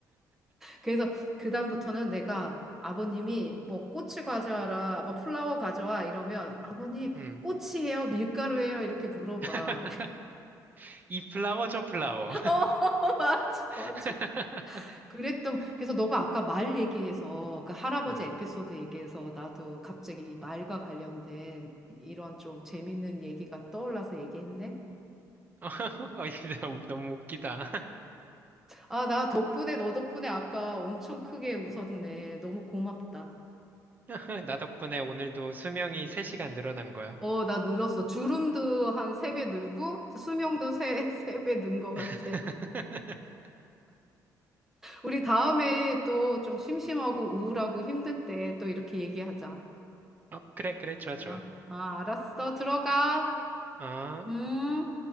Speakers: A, in the centre; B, on the right.
A: 그래서 그다음부터는 내가 아버님이 뭐 꽃을 가져와라, 뭐 플라워 가져와 이러면 아버님
B: 음.
A: 꽃이에요, 밀가루예요 이렇게 물어봐.
B: <laughs> 이 플라워 저 플라워.
A: <laughs> 어 맞아
B: <laughs>
A: 맞아. 그랬던 그래서 너가 아까 말 얘기해서 그 할아버지
B: 어.
A: 에피소드 얘기해서 나도 갑자기 이 말과 관련된 이런 좀 재밌는 얘기가 떠올라서 얘기했네.
B: <laughs> 어, 이게 너무 너무 웃기다.
A: 아, 나 덕분에, 너 덕분에 아까 엄청 크게 웃었네. 너무 고맙다.
B: <laughs> 나 덕분에 오늘도 수명이 3시간 늘어난 거야.
A: 어, 나 늘었어. 주름도 한 세 배 늘고, 수명도 세, <laughs> 세 배 는 것 같아.
B: <laughs>
A: 우리 다음에 또 좀 심심하고 우울하고 힘들 때 또 이렇게 얘기하자.
B: 어, 그래, 그래, 좋아, 좋아.
A: 아, 아, 알았어. 들어가.
B: 아.
A: 음.